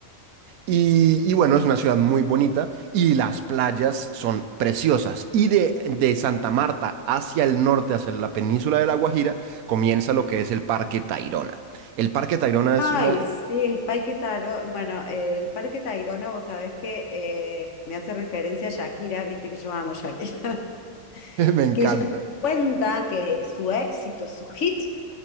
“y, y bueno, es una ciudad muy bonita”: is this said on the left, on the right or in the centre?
Right